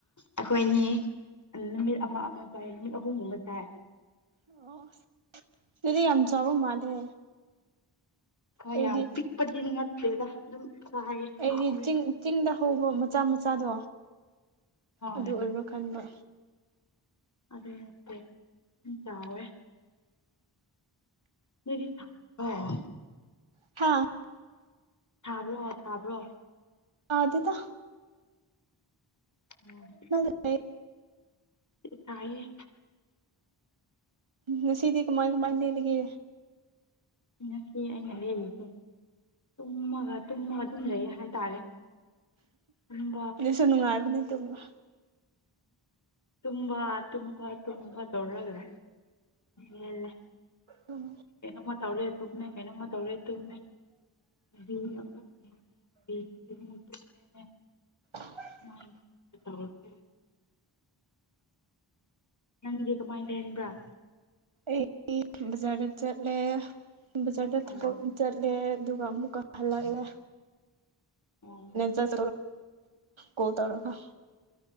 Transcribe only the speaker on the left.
ꯑꯩꯈꯣꯏꯅꯤ ꯅꯨꯃꯤꯠ ꯑꯃ ꯑꯃ ꯆꯥꯏ ꯅꯨꯃꯤꯠ ꯑꯍꯨꯝꯒꯨꯝꯕ ꯆꯥꯏ
ꯍꯣꯏ
ꯌꯥꯝ ꯄꯤꯛꯄꯗꯤ ꯅꯠꯇꯦꯗ ꯑꯗꯨꯝ ꯆꯥꯏꯌꯦ
ꯍꯥꯎꯋꯦ
ꯍꯣꯏ
ꯑꯗꯨ ꯅꯠꯇꯦ ꯏꯆꯥꯎꯋꯦ ꯅꯣꯏꯗꯤ ꯊꯛ ꯑꯣ
ꯁꯥꯕ꯭ꯔꯣ ꯁꯥꯕ꯭ꯔꯣ
ꯑꯣ
ꯑꯩꯗꯤ ꯁꯥꯏꯌꯦ
ꯉꯁꯤ ꯑꯩꯅ ꯂꯩꯂꯤꯁꯦ ꯇꯨꯝꯃꯒ ꯇꯨꯝꯃꯒ ꯑꯗꯨꯝ ꯂꯩ ꯍꯥꯏꯇꯥꯔꯦ ꯇꯨꯝꯕ
ꯇꯨꯝꯕꯥ ꯇꯨꯝꯕꯥ ꯇꯨꯝꯕꯥ ꯇꯧꯔꯒ ꯂꯦꯜꯂꯦ
ꯀꯩꯅꯣꯝꯃꯥ ꯇꯧꯔꯦ ꯇꯨꯝꯃꯦ ꯀꯩꯅꯣꯝꯃꯥ ꯇꯧꯔꯦ ꯇꯨꯝꯃꯦ <unintelligible>
ꯀꯃꯥꯢꯅ
ꯇꯧꯔꯥꯛꯀꯦ ꯅꯪꯗꯤ ꯀꯃꯥꯏ ꯂꯦꯟꯕꯔꯥ
ꯑꯣ
ꯑꯣ